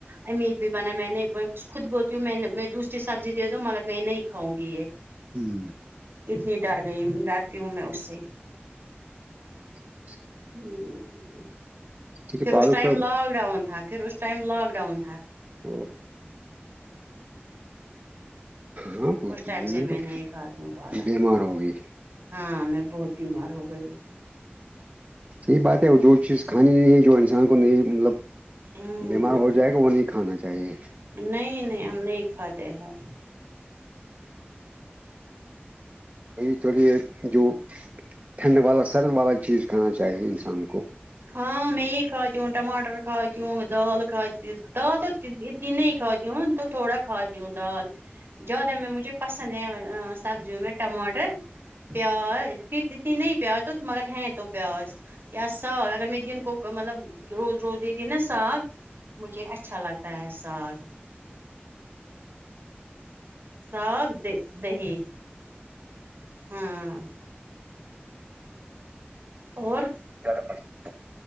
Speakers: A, on the right; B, on the right.
A: امی بھی بنا میں نہیں خود بولتی ہوں میں میں دوسری سبزی دے دوں مگر میں یہ نہیں کھاں گی یہ
B: ہوں
A: اتنی ڈر گئی رہتی ہوں میں اس سے
B: ہ <inaudible>
A: جی ج <unintelligible>
B: ٹھیک
A: پھر
B: ہے پالک
A: اس ٹائم
B: تو
A: لاک ڈاؤن تھا پھر اس ٹائم لاک ڈاؤن تھا
B: اورو <unintelligible> ہاں تو
A: اس ٹائم سے میں نہیں کھاتی ہوں پالا
B: بیمار ہوگئی
A: ہاں میں بہت بیمار ہو گئی
B: صحیح بات ہے وہ جو چیز کھانی نہیں جو انسان کو نہیں مطلب
A: ہوں
B: بیمار ہو جائے گا وہ نہیں کھانا چاہیے
A: نہیں نہیں ہم نہیں کھاتے ہیں
B: بی چوڑ یہ جو ٹھنڈ والا سرد والا چیز کھانا چاہیے انسان کو
A: ہاں مگ کاؤی ہ ماٹر کاؤچ وں دال کھاتی دال تو اتنی نہیں کھاتیوں تو تھوڑا کھاتی ہوں دال زیادہ میں مجھے پسند ہے سبزیوں میں ٹماٹر پیا دت ن پیاز تو مگر ہ تو پیازیاس ساگ اگر میں دن کک مطلب روز روز دن نا ساگ مجھے اچھا لگتا ہے ساگ ساگ د دہی ہاں اور
B: کو پاس <unintelligible>